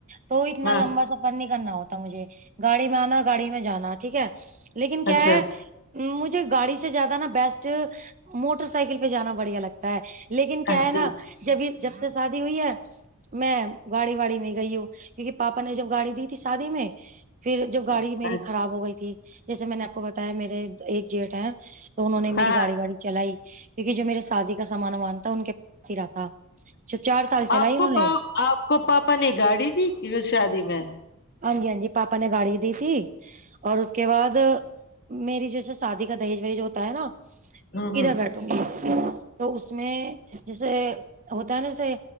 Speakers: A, on the right (about 35°); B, on the left (about 50°).
A: تو اتنا
B: ہاں
A: لمبا سفر نہیں کرنا ہوتا مجھے گاڑی میں آنا گاڑی میں جانا ٹھیک ہے لیکن
B: اچھا
A: کیا ہے مجھے گاڑی سے سے زیادہ نا بیسٹ موٹر سائیکل پہ جانا بڑھیا لگت تا ہے لیکن کیا
B: اچھا
A: ہے نا جب یہ جب سے شادی ہوئی ہے میں گاڑی واڑی میں گئی ہوں کیونکہ پاپا نے جو گاڑی دی تھی شادی میں پھر جب گاڑی
B: اچھا
A: میری خراب ہو گئی تھی جیسے میں نے آپ کو بتایا میرے ایک جیٹ ہے تو انہوں
B: ہاں
A: نے میری
B: ہاں
A: گاڑی واڑی چلائی کیونکہ جو میرے شادی کا سامان وامان تھا ان کے پاس ہی رہا تھا چ چار سال چلائی
B: آپ کو
A: انہوں نے
B: پا آپ کو پاپا نے گاڑی دی کہ شادی میں
A: ہاں جی ہاں جی پاپا نے گاڑی دی تھی اور اس کے بعد میری جو ہے سو شادی کر دہیج وھیج ہوتا ہے نا
B: ہوں ہوں
A: ادھر بیٹھوں گی تو اس میں جیسے ہوتا ہے نا جیسے